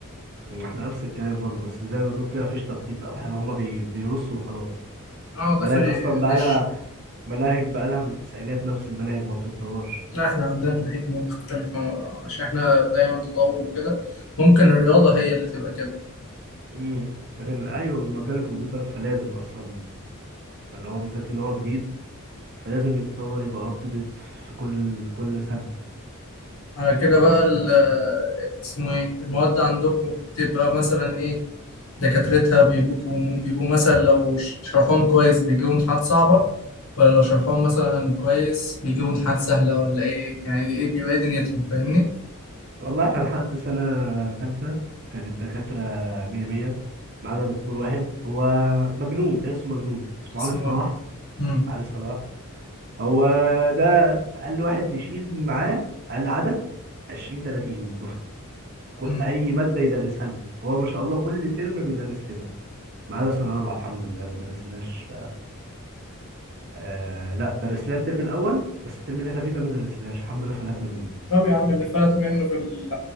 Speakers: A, on the right; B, on the left.
A: إحنا نفس الكلام برضه بس زي ما تقول كده مفيش تخطيط أو حاجة هما بي... بيرصوا وخلاص
B: اه
A: مناهج
B: داخل
A: أصلا بقى
B: ليش
A: لها مناهج بقى لها من التسعينات نفس المناهج ما بتتطورش
B: لا احنا عندنا مناهج مختلفة عشان احنا دايما تطور وكده ممكن الرياضة هي اللي تبقى كده
A: امم لكن أيوه بمجال الكمبيوتر فلازم أصلا اللي هو بالذات إن هو جديد فلازم يتطور يبقى أب تو ديت في كل كل سنة
B: على كده بقى ال- اسمه ايه المواد عندكم بتبقى مثلا ايه دكاترتها بيبقوا بيبقوا مثلا لو ش- شرحهم كويس بيجيبوا امتحانات صعبة ولا لو شرحهم مثلا كويس بيجيبوا امتحانات سهلة ولا ايه يعني ايه بيبقى ايه دنيتهم فاهمني
A: والله احنا لحد سنة تالتة كان الدكاترة مية مية ما عدا دكتور واحد هو مجنون تحسه مجنون اسمه
B: اسمه
A: علي صلاح
B: ايه مم.
A: علي صلاح هو ده أقل واحد بيشيل معاه أقل عدد عشرين تلاتين من الدفعة كل-
B: مم.
A: أي مادة يدرسها لنا هو ما شاء الله كل ترم بيدرس لنا ما عدا سنة رابعة الحمد لله ما درسلناش آه لا درس لنا الترم الأول بس الترم اللي احنا فيه ده ما درسلناش الحمد لله فلتنا منه
B: طب يا عم اللي فلت منه في ال